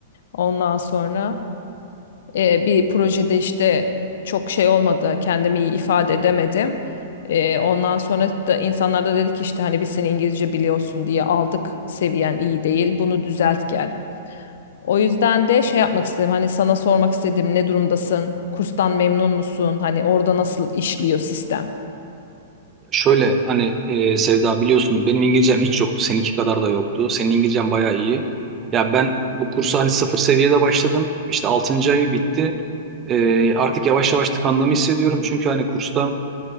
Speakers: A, on the left; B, on the right.
A: Ondan sonra. E, bir projede işte çok şey olmadı, kendimi iyi ifade edemedim. E, ondan sonra da insanlar da dedi ki işte hani biz seni İngilizce biliyorsun diye aldık, seviyen iyi değil, bunu düzelt gel. O yüzden de şey yapmak istedim hani sana sormak istedim ne durumdasın, kurstan memnun musun, hani orada nasıl işliyor sistem?
B: Şöyle hani e, Sevda biliyorsun benim İngilizcem hiç yoktu. Seninki kadar da yoktu. Senin İngilizcen bayağı iyi. Ya ben bu kursa hani sıfır seviyede başladım. İşte altıncı ayı bitti. Ee, artık yavaş yavaş tıkandığımı hissediyorum. Çünkü hani kursta